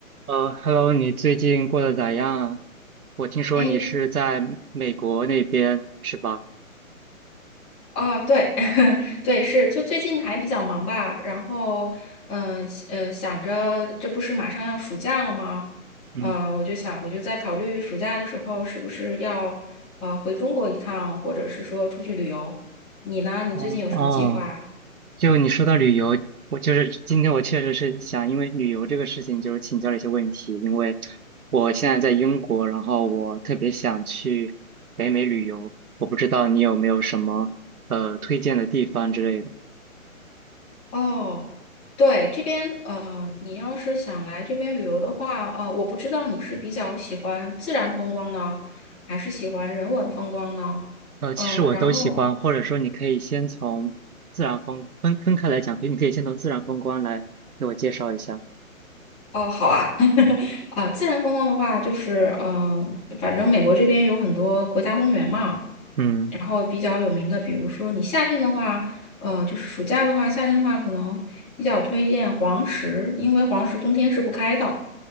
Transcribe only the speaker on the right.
呃，Hello，你最近过得咋样啊？我听说你是在美国那边是吧？
嗯，
哦哦，就你说到旅游，我就是今天我确实是想因为旅游这个事情，就是请教了一些问题，因为我现在在英国，然后我特别想去北美旅游，我不知道你有没有什么呃推荐的地方之类的。
呃，
其实我都喜欢，
或者说你可以先从自然风分分开来讲，比如你可以先从自然风光来给我介绍一下。
嗯，